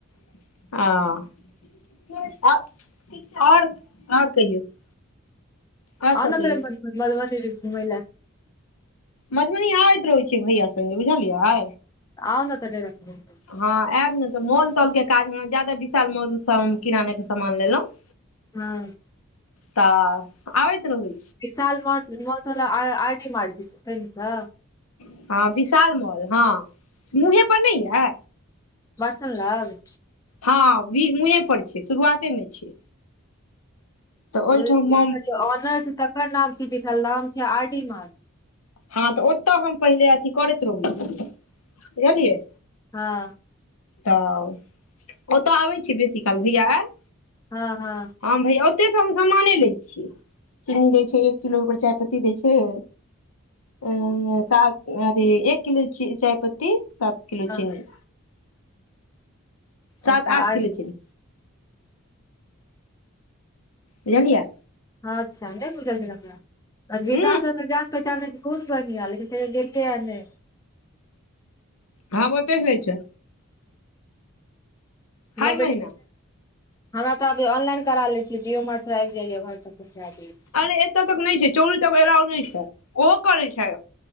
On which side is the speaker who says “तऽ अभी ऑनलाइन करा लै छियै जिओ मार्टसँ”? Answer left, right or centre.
Left